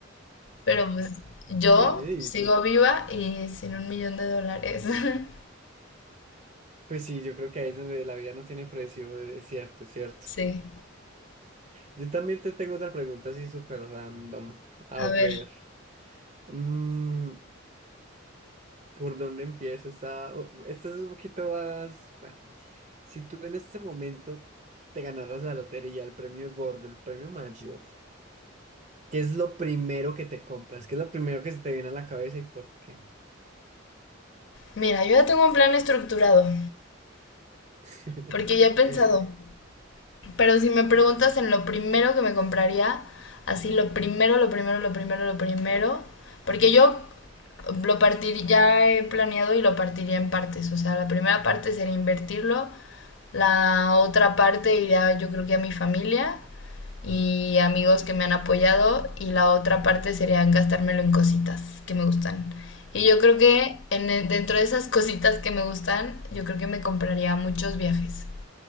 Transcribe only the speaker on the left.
pero pues yo
sigo viva y sin un millón de dólares. <laughs>
Sí,
a ver.
Mira, yo ya tengo un plan estructurado,
porque ya he pensado, pero si me preguntas en lo primero que me compraría, así lo primero, lo primero, lo primero, lo primero, porque yo lo partiría, ya he planeado y lo partiría en partes, o sea, la primera parte sería invertirlo, la otra parte iría yo creo que a mi familia y amigos que me han apoyado y la otra parte sería gastármelo en cositas que me gustan. Y yo creo que en, dentro de esas cositas que me gustan, yo creo que me compraría muchos viajes.